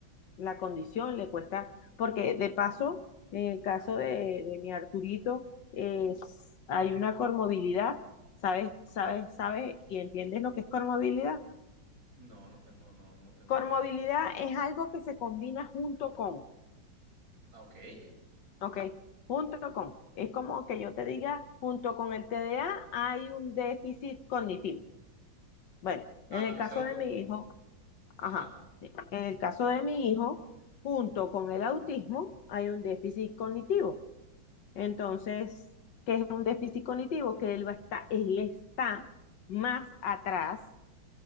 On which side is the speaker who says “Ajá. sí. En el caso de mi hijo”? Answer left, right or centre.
Left